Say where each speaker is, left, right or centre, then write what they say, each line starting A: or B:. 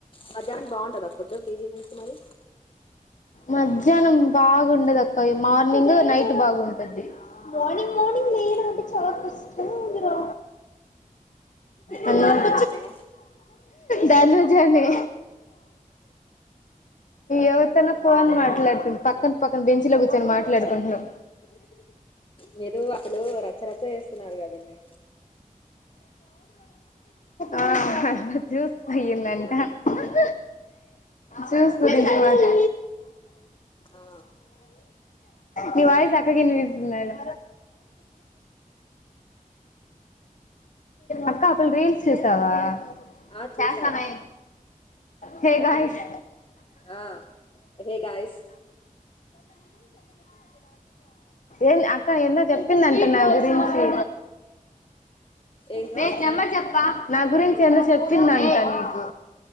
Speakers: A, on the left (about 40°); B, on the left (about 60°).
A: మధ్యాహ్నం బాగుంటాద ఫుడ్ పీజీ నుంచి మరి
B: మధ్యాహ్నం బాగుండదక్క మార్నింగ్ నైట్ బాగుంటది మార్నింగ్ మార్నింగ్
A: ఓకే
B: నేను ఆంటీ చాల కష్టం టైమ్ ఉందిరా అన్న
A: ఎవర్రా పక్కన
B: ధనుజా నె ఎవరి తోనో ఫోన్ మాట్లాడుతుంది పక్కన పక్కన బెంచిలో కూర్చొని మాట్లాడుకుంటున్నాం
A: మీరు అసలు రచ్చరచ్చ చేస్తున్నారు కదండి
B: ఆ హ హ జాస్ పోయిందంట అహ్ చూసుకుంది
A: నేను
B: తర్వాతే
A: ఆ
B: నీ వాయిస్ అక్కకివినిపిస్తుందంట అక్క అ పిల్ల రీల్స్ చూసావా
A: ఆ చూసారా
B: చేస్తమయ్ హే గాయ్స్
A: అ హే గాయ్స్
B: ఎంది అక్క ఏందో చెప్పిందంట నా గురించి
A: ఏంట్రా
B: వే నెమ్మర్ చెప్వా నా గురించి ఎందొ చెప్పిందంట నీకు